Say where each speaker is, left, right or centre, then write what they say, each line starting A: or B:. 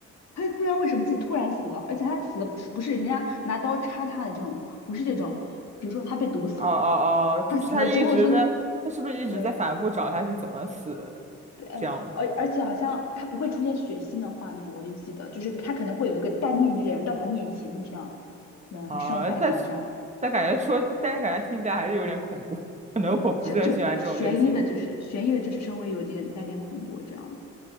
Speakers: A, on the left; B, on the right.
A: 她就不知道为什么自己突然死了，而且她死的不是不是人家拿刀插她的这种，不是这种，比如说她被毒死了，
B: 哦哦哦，
A: 她死了之后就
B: 就是他一直在，他是不是一直在反复找他是怎么死的？
A: 对。对，
B: 这样吗
A: 而而且好像她不会出现血腥的画面，我就记得，就是她可能会有一个戴面具的人到她面前，就这样可能伤害她这样。
B: 啊、但是但感觉说，但是感觉听起来还是有点恐怖，<laughs> 可能我不是很喜欢这种类型。
A: 是就悬疑的，就是悬疑的，就是稍微有点带点恐怖这样子。